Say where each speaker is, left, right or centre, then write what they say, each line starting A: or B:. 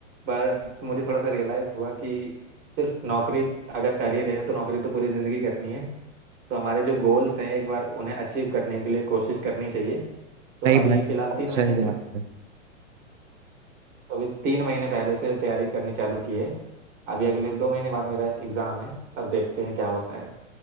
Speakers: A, on the right (about 35°); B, on the right (about 75°).
A: बट मुझे थोड़ा सा रियलाइज हुआ कि सिर्फ नौकरी अगर कर ही रहे हैं तो नौकरी तो पूरी जिंदगी करनी है तो हमारे जो गोल्स हैं एक बार उन्हें अचीव करने के लिए कोशिश करनी चाहिए तो
B: नहीं
A: अभी
B: भाई
A: फिलहाल
B: बिल्कुल
A: तीन महीने
B: सही
A: से
B: बात
A: मैं
B: है
A: तो अभी तीन महीने पहले से तैयारी करनी चालू की है अभी अगले दो महीने बाद मेरा एग्जाम है तब देखते हैं क्या होता है